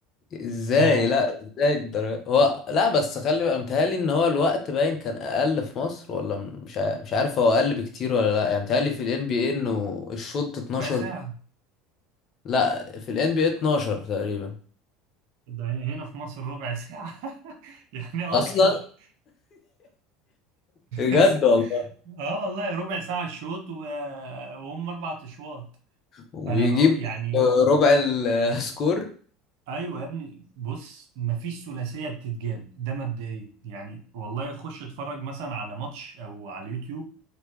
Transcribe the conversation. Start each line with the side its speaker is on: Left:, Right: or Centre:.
Left: ازاي
Right: فربع
Left: لا ازاي الدرجة هو لا بس خلي بقى متهيألي ان هو الوقت باين كان اقل في مصر ولا مش ع- مش عارف هو اقل بكتير ولا لا يعني متهيألي في الان بي اي انه الشوط 12
Right: ساعه
Left: لا في الان بي اي 12 تقريبا
Right: ده هنا في مصر ربع ساعه <laughs> يعني اكتر
Left: اصلا بجد
Right: بس-
Left: والله
Right: اه والله ربع ساعة الشوط و... وهم أربع أشواط
Left: وبيجيب
Right: فأنا بقول يعني
Left: ربع السكور <laughs>
Right: أيوة يا ابني بص مفيش ثلاثية بتتجاب ده مبدئيا يعني والله خش اتفرج مثلا على ماتش أو على اليوتيوب